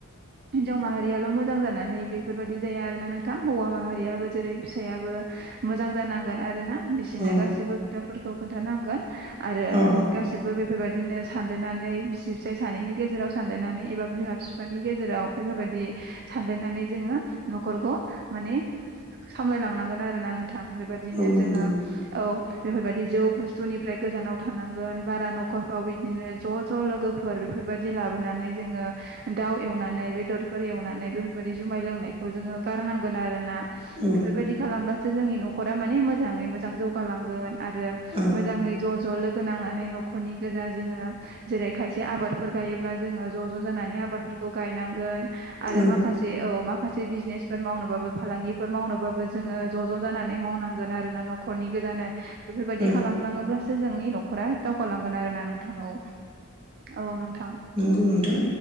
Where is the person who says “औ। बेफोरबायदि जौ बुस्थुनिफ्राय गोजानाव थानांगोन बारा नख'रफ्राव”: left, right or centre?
Right